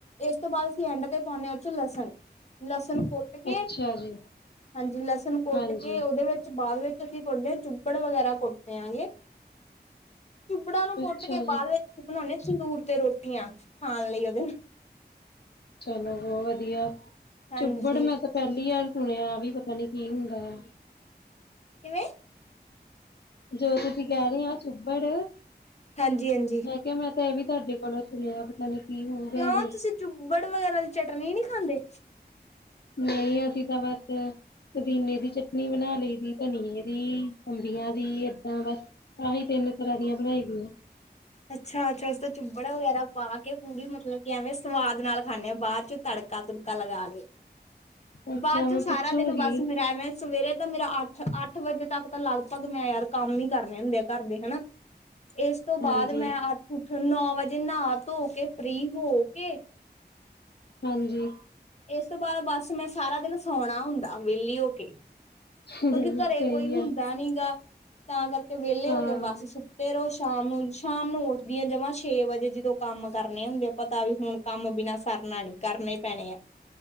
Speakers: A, on the left; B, on the left.
A: ਇਸ ਤੋਂ ਬਾਅਦ ਅਸੀਂ ਐਂਡ ਤੇ ਪਾਉਂਨੇ ਆ ਉਹ 'ਚ ਲਸਣ। ਲਸਣ ਕੁੱਟ ਕੇ,
B: ਅੱਛਾ ਜੀ
A: ਹਾਂਜੀ ਲਸਣ ਕੁੱਟ
B: ਹਾਂਜੀ
A: ਕੇ ਉਹਦੇ ਵਿੱ ਚ ਬਾਅਦ ਵਿੱਚ ਅਸੀਂ ਕੁੱਟਦੇ ਹਾਂ ਚਿੱਬੜ ਵਗੈਰਾ ਕੁੱਟਦੇ ਆ ਗੇ। ਚੁਬੜਾ ਨੂੰ ਕੁੱਟ
B: ਅੱਛਾ
A: ਕੇ
B: ਜੀ
A: ਬਾਅਦ ਵਿੱਚ ਬਣਾਉਂਣੇ ਸੰਦੂਰ ਤੇ ਰੋਟੀਆਂ ਖਾਣ ਲਈ ਉਹਦੇ ਨਾਲ।
B: ਚਲੋ ਬਹੁਤ ਵਧੀਆ,
A: ਹਾਂਜੀ
B: ਚੁੱਬੜ ਮੈਂ ਤਾਂ ਪਹਿਲੀ ਵਾਰ ਸੁਣਿਆ ਵੀ ਪਤਾ ਨੀ ਕੀ ਹੁੰਦਾ ਆ।
A: ਕਿਵੇਂ
B: ਜੋ ਤੁਸੀਂ ਕਹਿ ਰਹੇ ਆ ਚੁੱਬੜ।
A: ਹਾਂਜੀ-ਹਾਂਜੀ।
B: ਮੈਂ ਕਿਆ ਮੈਂ ਤਾਂ ਇਹ ਵੀ ਤੁਹਾਡੇ ਕੋਲ ਸੁਣਿਆ ਪਤਾ ਨੀ। ਕੀ ਹੋਊਗਾ
A: ਕਿਉਂ
B: ਇਹ
A: ਤੁਸੀਂ ਚੁੱਬੜ ਵਗੈਰਾ ਦੀ ਚਟਨੀ ਨੀ ਖਾਂਦੇ?
B: ਨਹੀਂ ਅਸੀਂ ਤਾਂ ਬਸ ਪੁਦੀਨੇ ਦੀ ਚਟਨੀ ਬਣਾ ਲਈ ਦੀ, ਧਨੀਏ ਦੀ, ਅੰਬੀਆਂ ਦੀ ਏਦਾਂ ਬਸ। ਆਹੀ ਤਿੰਨ ਤਰ੍ਹਾਂ ਦੀਆਂ ਬਣਾਈ ਦੀਆਂ।
A: ਅੱਛਾ-ਅੱਛਾ ਉਸ ਤੋਂ ਚੁੱਬੜਾ ਵਗੈਰਾ ਪਾ ਕੇ ਪੂਰੀ ਮਤਲਬ ਕਿ ਐਵੇਂ ਸਵਾਦ ਨਾਲ ਖਾਂਨੇ ਆ ਬਾਦ ਚ ਤੜਕਾ-ਤੁੜਕਾ ਲਗਾ ਕੇ।
B: <inaudible> ਅੱਛਾ
A: ਬਾਅਦ
B: ਮੈਂ
A: ਚੋਂ ਸਾਰਾ
B: ਪੁੱਛੂਗੀ
A: ਦਿਨ ਬਸ ਮੇਰਾ ਮੈਂ- ਸਵੇਰੇ ਤਾਂ ਮੇਰਾ ਅੱਠ-ਅੱਠ ਵਜੇ ਤੱਕ ਤਾਂ ਲਗਭਗ ਮੈਂ ਯਾਰ ਕੰਮ ਹੀ ਕਰਨੇ ਹੁੰਦੇ ਆ ਘਰ ਦੇ ਹਨਾ। ਇਸ ਤੋਂ
B: ਹਾਂਜੀ
A: ਬਾਅਦ ਮੈਂ ਅੱਠ ਉੱਠ ਨੌ ਵਜੇ ਨਹਾ ਧੋ ਕੇ ਫ੍ਰਰੀ ਹੋ ਕੇ
B: ਹਾਂਜੀ।
A: ਇਸ ਤੋਂ ਬਾਅਦ ਬਸ ਮੈਂ ਸਾਰਾ ਦਿਨ ਸੌਣਾ ਹੁੰਦਾ ਵਿਹਲੀ ਹੋ ਕੇ।
B: ਸਹੀ
A: ਕਿਉਂਕਿ ਘਰੇ ਕੋਈ ਹੁੰਦਾ
B: ਆ
A: ਨੀ ਗਾ, ਤਾਂ ਕਰਕੇ ਵਿਹਲੇ
B: ਹਾਂ।
A: ਹੋ ਕੇ ਬੱਸ ਫੇਰ ਉਹ ਸ਼ਾਮ ਨੂੰ ਸ਼ਾਮ ਨੂੰ ਉੱਠਦੀ ਆਂ ਜਮਾਂ ਛੇ ਵਜੇ ਜਦੋਂ ਕੰਮ ਕਰਨੇ ਹੁੰਦੇ ਆ ਪਤਾ ਵੀ ਹੁਣ ਕੰਮ ਬਿਨਾਂ ਸਰਨਾ ਨੀ ਕਰਨੇ ਪੈਣੇ ਐ।